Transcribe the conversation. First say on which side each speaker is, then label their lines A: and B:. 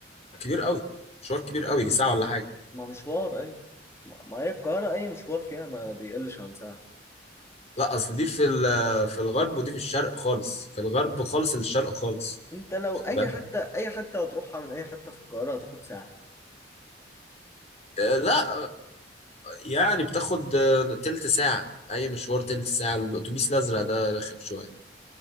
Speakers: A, on the left; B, on the left.
A: كبير قوي مشوار كبير قوي يجي ساعة ولا حاجة
B: ما مشوار ايوه ما ما هي القاهرة أي مشوار فيها ما بيقلش عن ساعة
A: لا اصل دي في ال- في الغرب ودي في الشرق خالص في الغرب خالص الشرق خالص
B: أنت لو
A: خد
B: أي
A: بالك.
B: حتة أي حتة هتروحها من أي حتة في القاهرة هتاخد ساعة
A: أه لا يعني بتاخد آه، تلت ساعة أي مشوار تلت ساعة الأتوبيس الأزرق ده رخم شوية